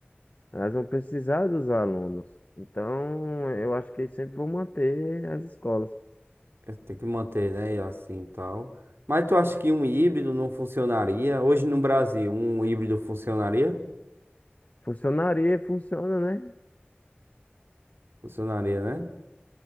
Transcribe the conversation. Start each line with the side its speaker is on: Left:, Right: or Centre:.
Left: Elas vão precisar dos alunos. Então, eu acho que sempre vão manter as escolas.
Right: É, Tem que manter, né? E assim e tal. Mas tu acha que um híbrido não funcionaria? Hoje no Brasil, um híbrido funcionaria?
Left: Funcionaria, funciona, né?
Right: Funcionaria, né?